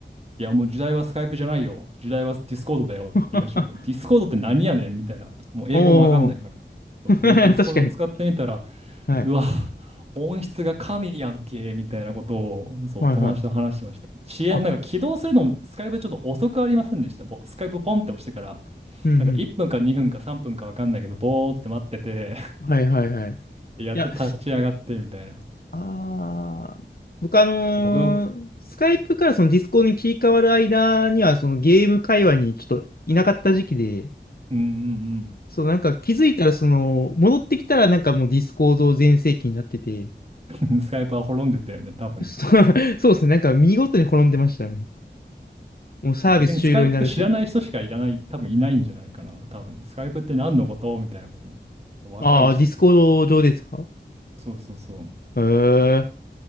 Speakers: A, on the right; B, on the left.
A: いやもう時代はスカイプじゃないよ。時代はディスコードだよって言い始めて、
B: <laughs>
A: ディスコードって何やねんみたいな。もう英語もわかんないから。
B: おお、
A: そうで、
B: <laughs>
A: ディスコード使ってみたら、
B: 確かに。はい、
A: うわ、音質が神やんけ、みたいなことを、そう、
B: はい、
A: 友達と話してました。
B: はい。
A: 遅延、
B: あ、
A: なんか起動するのも、スカイプちょっと遅くありませんでした。ぼスカイプポンって押してから、
B: うん、うん。
A: なんか1分か2分か3分かわかんないけど、ぼーって待ってて
B: はい、はい、はい。
A: <laughs>
B: いや、
A: やっと立ち上がって、みたいな。
B: あー、僕あのースカイプからそのディスコードに切り替わる間には、
A: 僕の、
B: そのゲーム界隈にちょっといなかった時期で、
A: うんうん
B: そう、なんか気づいたら、その、戻ってきたらなんかもうディスコード全盛期になってて、
A: うん、<laughs> スカイプは滅んでたよね、多分。
B: そう、<laughs> そうですね、なんか見事に転んでましたね。もうサービス終了になるし。
A: 逆にスカイプ知らない人しかいらない、多分いないんじゃないかな、多分。スカイプって何のことみたいなことも。若い人っていうか。
B: ああ、ディスコード上ですか
A: そうそうそう。
B: へえ。